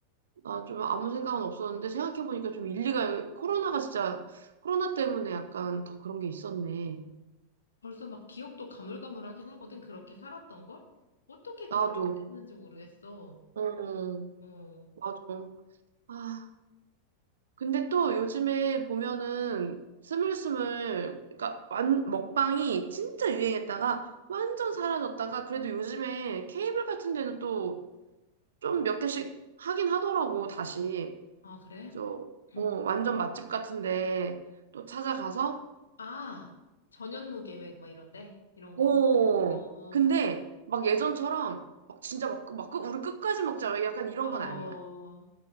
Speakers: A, on the right (about 65°); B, on the left (about 70°).
A: 나 좀 아무 생각은 없었는데 생각해보니까 좀 일리가, 코로나가 진짜, 코로나 때문에 약간 더 그런 게 있었네.
B: 벌써 막 기억도 가물가물하긴 하거든. 그렇게 살았던 걸? 어떻게 그렇게
A: 나도.
B: 살았는지 모르겠어.
A: 어,
B: 어,
A: 맞아. 아. 근데 또 요즘에 보면은 스물스물, 그러니까 완, 먹방이 진짜 유행했다가 완전 사라졌다가 그래도 요즘에 케이블 같은 데는 또 좀 몇 개씩 하긴 하더라고, 다시.
B: 아, 그래?
A: 저,
B: <clears throat>
A: 어, 완전 맛집 같은데 또 찾아가서,
B: 아, 전현무 계획, 막 이런데? 이런 거?
A: 오,
B: 어,
A: 근데
B: 맞아.
A: 막 예전처럼 막 진짜 막, 막 끝- 우리 끝까지 먹자. 약간 이런
B: 어,
A: 건 아니야.